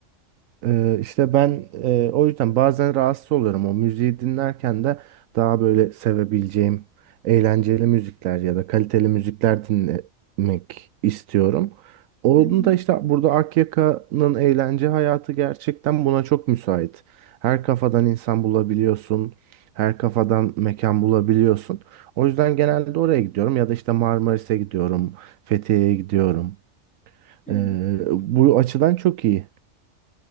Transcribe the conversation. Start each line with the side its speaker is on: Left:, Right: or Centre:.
Right: Ee, işte ben e, o yüzden bazen rahatsız oluyorum. O müziği dinlerken de daha böyle sevebileceğim eğlenceli müzikler ya da kaliteli müzikler dinlemek istiyorum. Onun
Centre: Hı hı.
Right: da işte burada Akyaka'nın eğlence hayatı gerçekten buna çok müsait. Her kafadan insan bulabiliyorsun. Her kafadan mekan bulabiliyorsun. O yüzden genelde oraya gidiyorum ya da işte Marmaris'e gidiyorum, Fethiye'ye gidiyorum.
Centre: Hı
Right: Ee,
Centre: hı.
Right: bu açıdan çok iyi.